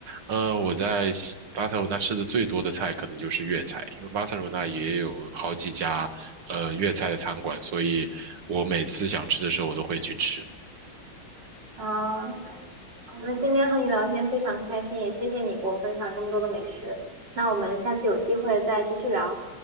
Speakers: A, on the right; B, on the right.
A: 嗯，我在西巴塞罗那吃的最多的菜可能就是粤菜，因为巴塞罗那也有好几家呃粤菜的餐馆，所以我每次想吃的时候我都会去吃。
B: 啊，好那今天和你聊天非常开心，也谢谢你给我分享这么多的美食。那我们下次有机会再继续聊。